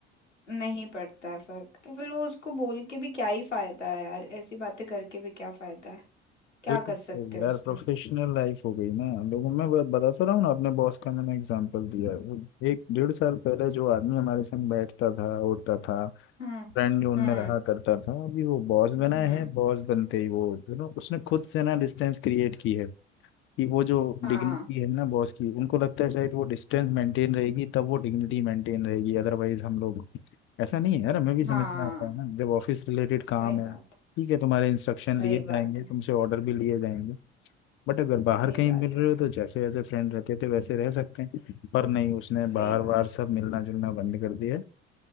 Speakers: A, on the left; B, on the left.
A: नहीं पड़ता है फर्क तो फिर वो उसको बोल के भी क्या ही फायदा है यार ऐसी बातें करके भी क्या फायदा है क्या
B: फिर तो
A: कर सकते हो
B: यार
A: उसमें
B: प्रोफेशनल लाइफ हो गई ना लोगों में बत, बता तो रहा हूँ ना अपने बॉस का मैंने एग्जांपल दिया है। वो एक डेढ़ साल पहले जो आदमी हमारे संग बैठता था उठता था
A: हम्म
B: फ्रेंड जोन
A: हम्म
B: में रहा करता था अभी वो बॉस बना
A: हम्म
B: है बॉस बनते ही वो यू नो उसने खुद से ना डिस्टेंस क्रिएट की है कि वो जो
A: हाँ
B: डिग्निटी है ना बॉस की उनको लगता है शायद वो डिस्टेंस मेंटेन रहेगी तब वो डिग्निटी मेंटेन रहेगी अदरवाइज हम लोग ऐसा नहीं है यार हमें भी समझ
A: हाँ
B: में आता है ना जब ऑफिस रिलेटेड काम
A: सही
B: है
A: बात
B: ठीक
A: है
B: है तुम्हारे इंस्ट्रक्शन
A: सही
B: लिए
A: बात
B: जाएंगे
A: है
B: तुमसे ऑर्डर भी लिए जाएंगे बट अगर बाहर
A: सही
B: कहीं
A: बात
B: मिल
A: है
B: रहे हो तो जैसे एज ए फ्रेंड रहते थे वैसे रह सकते हैं पर नहीं उसने बार
A: सही बात
B: बार सब मिलना जुलना बंद कर दिया है।